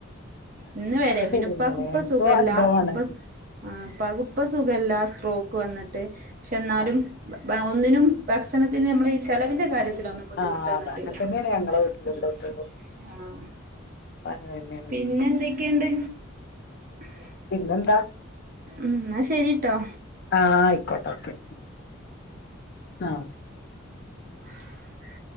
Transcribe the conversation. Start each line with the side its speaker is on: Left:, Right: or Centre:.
Right: ഇന്ന് വരെ
Left: അതൊക്കെ
Right: പിന്നെ
Left: ശരി
Right: ഇപ്പാക്ക്
Left: തന്നെയാണ്
Right: ഇപ്പ
Left: എനിക്കും
Right: സുഖല്ല
Left: അനുഭവമാണ്
Right: ഇപ്പക്ക് സുഖല്ല സ്ട്രോ ക്ക് വന്നിട്ട് പക്ഷെ എന്നാലും
Left: ആ
Right: ഒന്നിനും ഭക്ഷണത്തിന് നമ്മൾ ഈ ചില ന്റെ കാര്യത്തി ഇൊന്നും ബുദ്ധിമുട്ട്
Left: ആ
Right: വന്നിട്ടില്ല
Left: അത് അങ്ങനെ തന്നെയാണ് ഞങ്ങളെ വീട്ടിലുണ്ടായിട്ടുള്ളൂ
Right: ഉ ആഹ
Left: അങ്ങനെ തന്നെയാണ്
Right: പിന്നെ എന്തൊക്കെയുണ്ട് ഉം
Left: പിന്നെന്താ?
Right: ഉം ശെരിട്ടോ
Left: ആഹ ആയിക്കോട്ടെ ഓക്കെ ആ ഓെ
Right: ഉ